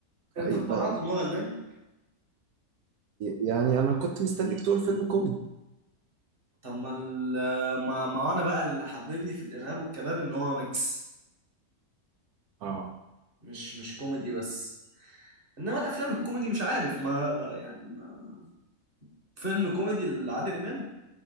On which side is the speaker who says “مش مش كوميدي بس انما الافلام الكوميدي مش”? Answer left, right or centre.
Right